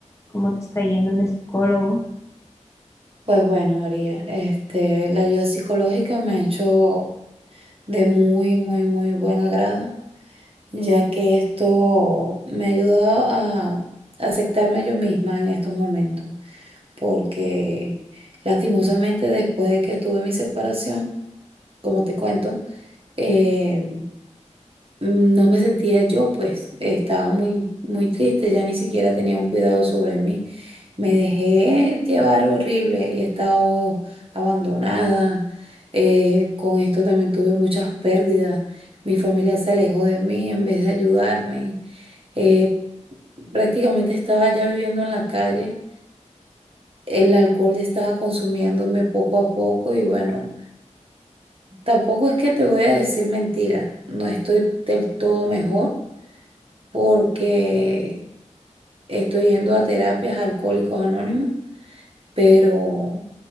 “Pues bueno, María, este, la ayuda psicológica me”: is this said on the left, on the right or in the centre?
Right